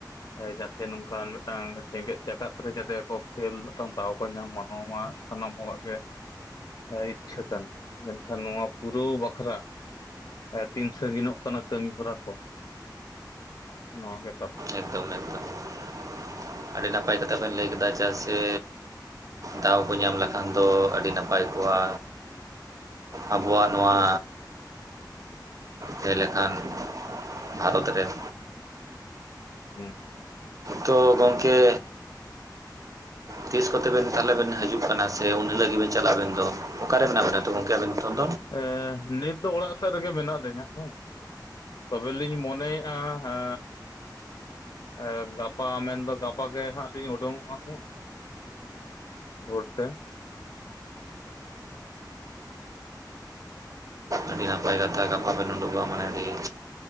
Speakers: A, on the left; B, on the right.
A: ᱮ ᱡᱟᱛᱮ ᱱᱚᱝᱠᱟᱱ ᱢᱤᱫᱴᱟᱝ ᱡᱮᱜᱮᱛ ᱡᱟᱠᱟᱛ ᱨᱮ ᱡᱟᱛᱮ ᱟᱠᱚ ᱠᱷᱮᱞ ᱢᱤᱫᱴᱟᱝ ᱫᱟᱣ ᱠᱚ ᱧᱟᱢ ᱢᱟ ᱱᱟᱣᱟ ᱢᱟ ᱥᱟᱱᱟᱢ ᱦᱚᱲᱟᱜ ᱜᱮ, ᱮᱭ ᱤᱪᱪᱷᱟᱹ ᱠᱟᱱᱟ, ᱢᱮᱱᱠᱷᱟᱱ ᱱᱚᱣᱟ ᱯᱩᱨᱟᱹᱣ ᱵᱟᱠᱷᱨᱟ ᱮ ᱛᱤᱱ ᱥᱟᱺᱜᱤᱱᱚᱜ ᱠᱟᱱᱟ ᱠᱟᱹᱢᱤ ᱦᱚᱨᱟ ᱠᱚ ᱱᱚᱣᱟ ᱜᱮ ᱠᱟᱛᱷᱟ᱾
B: <inaudible> ᱟᱹᱰᱤ ᱱᱟᱯᱟᱭ ᱠᱟᱛᱷᱟ ᱵᱮᱱ ᱞᱟᱹᱭ ᱠᱮᱫᱟ ᱪᱮᱫᱟᱜ ᱥᱮ ᱫᱟᱣ ᱠᱚ ᱧᱟᱢ ᱞᱮᱠᱷᱟᱱ ᱫᱚ ᱟᱹᱰᱤ ᱱᱟᱯᱟᱭ ᱠᱚᱜᱼᱟ᱾ ᱟᱵᱚᱣᱟᱜ ᱱᱚᱣᱟ ᱡᱮ ᱞᱮᱠᱷᱟᱱ ᱵᱷᱟᱨᱚᱛ ᱨᱮᱱ
A: ᱦᱩᱸ ᱦᱩᱸ᱾
B: ᱛᱳ ᱜᱚᱝᱠᱮ
A: <unintelligible>
B: ᱛᱤᱥ ᱠᱚᱛᱮ ᱵᱮᱱ ᱛᱟᱦᱚᱞᱮ ᱵᱮᱱ ᱦᱟᱡᱩᱜ ᱠᱟᱱᱟ ᱥᱮ ᱩᱱ ᱦᱤᱞᱳᱜ ᱜᱮ ᱵᱤᱱ ᱪᱟᱞᱟᱜ-ᱟ ᱟᱵᱮᱱ ᱫᱚ ᱚᱠᱟᱨᱮ ᱢᱮᱱᱟᱜ ᱵᱤᱱᱟ ᱛᱚ ᱜᱚᱝᱠᱮ ᱟᱵᱮᱱ ᱱᱤᱛᱚᱝ ᱫᱚ?
A: ᱮ ᱱᱤᱛ ᱫᱚ ᱚᱲᱟᱜ ᱥᱮᱫ ᱨᱮᱜᱮ ᱢᱮᱱᱟᱜ ᱞᱤᱧᱟᱹ ᱦᱮᱸ, ᱛᱚᱵᱮ ᱞᱤᱧ ᱢᱚᱱᱮᱭᱮᱜᱼᱟ ᱦᱮ ᱮ ᱜᱟᱯᱟ ᱢᱮᱱᱫᱚ ᱜᱟᱯᱟ ᱜᱮ ᱦᱟᱸᱜ ᱞᱤᱧ ᱳᱰᱳᱝᱚᱜᱼᱟ ᱦᱮᱸ ᱾ ᱵᱷᱳᱨ ᱛᱮ ᱾
B: ᱟᱹᱰᱤ ᱱᱟᱯᱟᱭ ᱠᱟᱛᱷᱟ ᱜᱟᱯᱟ ᱵᱮᱱ ᱩᱰᱩᱠᱚᱜᱼᱟ ᱢᱟᱱᱮ ᱟᱹᱰᱤ